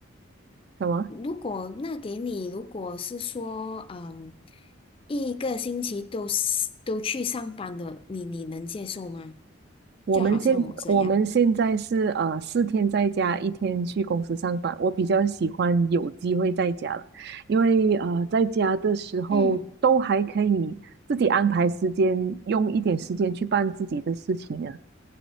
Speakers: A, on the right; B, on the left.
A: 什么？
B: 如果那给你，如果是说，嗯，一个星期都是都去上班的，你你能接受吗？
A: 我们现我们现在是呃四天在家，
B: 就好像我这样，
A: 一天去公司上班。我比较喜欢有机会在家了，因为呃在家的时候都还可以自己安排时间，
B: 嗯。
A: 用一点时间去办自己的事情啊，